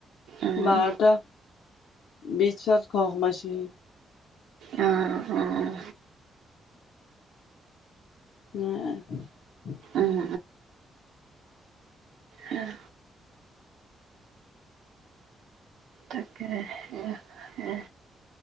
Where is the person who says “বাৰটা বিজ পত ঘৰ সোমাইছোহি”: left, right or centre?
Left